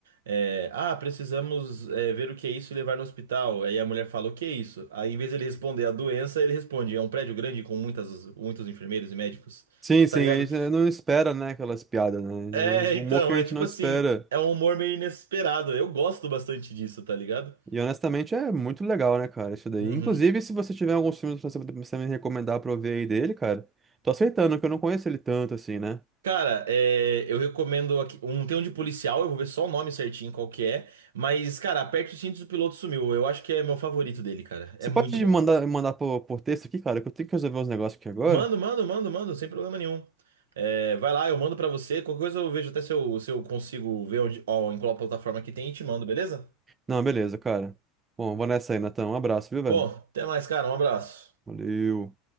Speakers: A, on the right; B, on the right.
A: é, ah, precisamos é, ver o que é isso e levar no hospital. Aí a mulher fala, o que é isso? Aí em vez de ele responder a doença, ele responde, é um prédio grande com muitas, muitos enfermeiros e médicos. <laughs>
B: Sim, sim,
A: Tá ligado?
B: a gente não espera, né, aquelas piadas, né?
A: É,
B: O
A: então,
B: humor que a
A: é
B: gente
A: tipo
B: não espera.
A: assim, é um humor meio inesperado. Eu gosto bastante disso, tá ligado?
B: E honestamente é muito legal, né, cara, isso daí.
A: Uhum.
B: Inclusive, se você tiver alguns filmes pra você, pra você me recomendar pra eu ver aí dele, cara, tô aceitando, que eu não conheço ele tanto assim, né?
A: Cara, é, eu recomendo aqui, um tem um de policial, eu vou ver só o nome certinho qual que é, mas cara, aperte os cintos, o piloto sumiu. Eu acho que é meu favorito dele, cara. É
B: Você
A: muito
B: pode
A: bom.
B: mandar, mandar por, por texto aqui, cara, que eu tenho que resolver uns negócios aqui agora.
A: Mando, mando, mando, mando, sem problema nenhum. É, vai lá, eu mando pra você. Qualquer coisa eu vejo até se eu, se eu consigo ver onde, ó, em qual plataforma que tem e te mando, beleza?
B: Não, beleza, cara. Bom, eu vou nessa aí, Natão. Um abraço, viu, velho?
A: Bom, até mais, cara. Um abraço.
B: Valeu.